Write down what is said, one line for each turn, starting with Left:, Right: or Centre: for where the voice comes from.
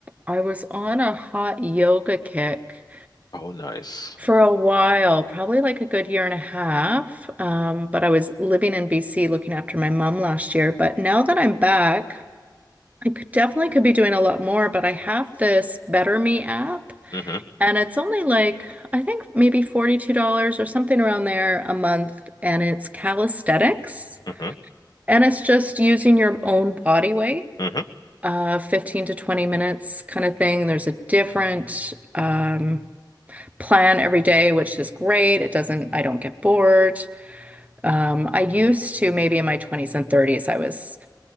Right: I was on a hot yoga kick
Left: Oh, nice.
Right: For a while, probably like a good year and a half. Um, but I was living in BC looking after my mom last year. But now that I'm back, I could definitely could be doing a lot more, but I have this Better Me app
Left: hmm
Right: and it's only like I think maybe $42 or something around there a month and it's calisthenics
Left: hmm
Right: and it's just using your own body weight,
Left: hmm
Right: uh 15 to 20 minutes kind of thing. There's a different um plan every day, which is great. It doesn't, I don't get bored. Um, I used to, maybe in my 20s and 30s, I was